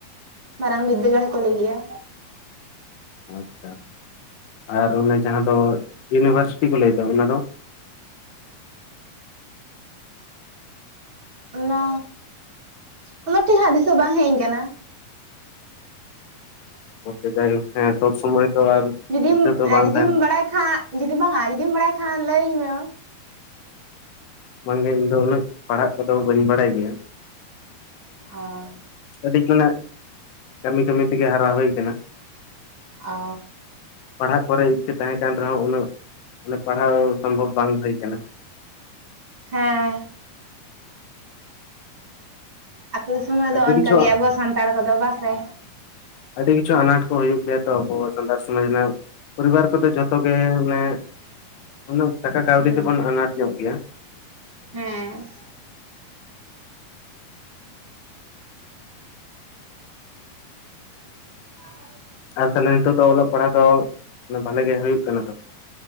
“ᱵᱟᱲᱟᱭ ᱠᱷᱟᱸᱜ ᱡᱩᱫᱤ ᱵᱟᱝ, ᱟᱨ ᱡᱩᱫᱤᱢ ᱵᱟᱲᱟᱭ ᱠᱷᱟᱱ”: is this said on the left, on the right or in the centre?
Right